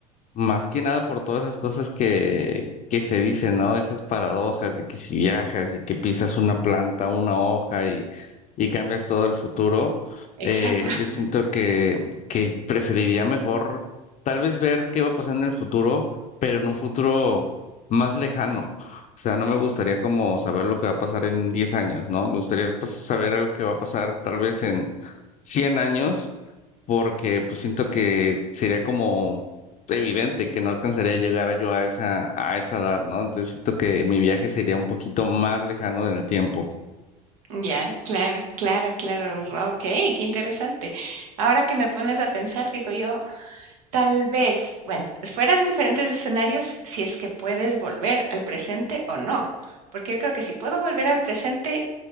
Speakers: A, on the left (about 40°); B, on the right (about 75°).
A: Más que nada por todas esas cosas que, que se dicen, ¿no? Esas paradojas de que si viajas y que pisas una planta, una hoja y, y cambias todo el futuro,
B: Exacto.
A: eh,
B: <laughs>
A: yo siento que, que preferiría mejor tal vez ver qué va a pasar en el futuro, pero en un futuro más lejano. O sea, no me gustaría como saber lo que va a pasar en 10 años, ¿no? Me gustaría pues, saber algo que va a pasar tal vez en 100 años porque pues siento que sería como evidente que no alcanzaría a llegar yo a esa, a esa edad, ¿no? Entonces siento que mi viaje sería un poquito más lejano en el tiempo.
B: Ya, claro, claro, claro. Ok, qué interesante. Ahora que me pones a pensar, digo yo, tal vez, bueno, fueran diferentes escenarios si es que puedes volver al presente o no. Porque yo creo que si puedo volver al presente,